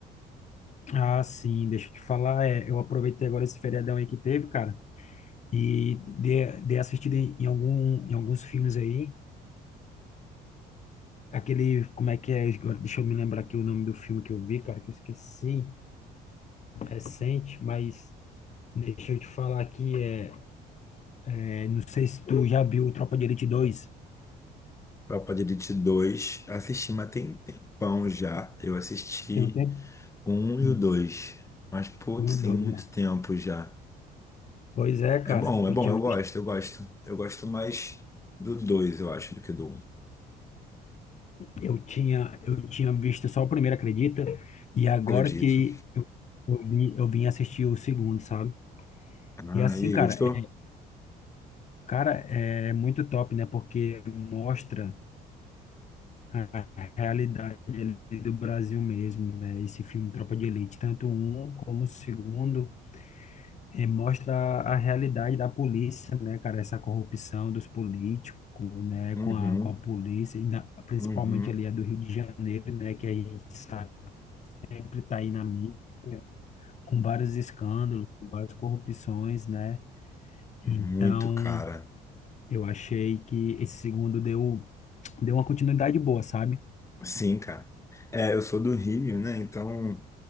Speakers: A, on the left (about 45°); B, on the left (about 15°).
A: Ah, sim, deixa eu te falar, é, eu aproveitei agora esse feriadão aí que teve, cara, e dei, dei assistida em, em algum, em alguns filmes aí, aquele, como é que é, agora deixa eu me lembrar aqui o nome do filme que eu vi, cara, que eu esqueci, recente, mas deixa eu te falar aqui, é, é, não sei se tu já viu Tropa de Elite dois.
B: Tropa de Elite dois assisti, mas tem tempão já. Eu assisti
A: tem um tempo?
B: o 1 e
A: Hum,
B: o 2, mas putz,
A: um,
B: tem
A: dois,
B: muito
A: né?
B: tempo já.
A: Pois é, cara,
B: É bom, é
A: eu
B: bom,
A: tinha
B: eu
A: visto
B: gosto, eu gosto. Eu gosto mais do dois, eu acho, do que do um.
A: Eu tinha, eu tinha visto só o primeiro, acredita? E agora
B: Acredito.
A: que eu, eu vim eu vim assistir o segundo, sabe?
B: Ah,
A: E assim,
B: e
A: cara,
B: aí, gostou?
A: é, cara, é muito top, né? Porque mostra a realidade ali do Brasil mesmo, né? Esse filme Tropa de Elite, tanto um como o segundo, eh, mostra a realidade da polícia, né, cara? Essa corrupção dos políticos, né?
B: Uhum,
A: Com a, com a polícia, e na- principalmente
B: uhum.
A: ali a do Rio de Janeiro, né? Que a gente sabe sempre está aí na mídia, com vários escândalos, com várias corrupções, né?
B: Muito,
A: Então,
B: cara.
A: eu achei que esse segundo deu, deu uma continuidade boa, sabe?
B: Sim, cara. É, eu sou do Rio, né? Então,